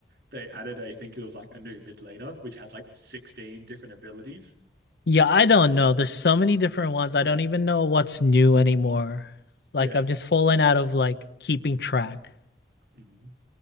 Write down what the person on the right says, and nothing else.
They added, I think it was like a new mid laner, which had like 16 different abilities.
And
yeah.
Mm,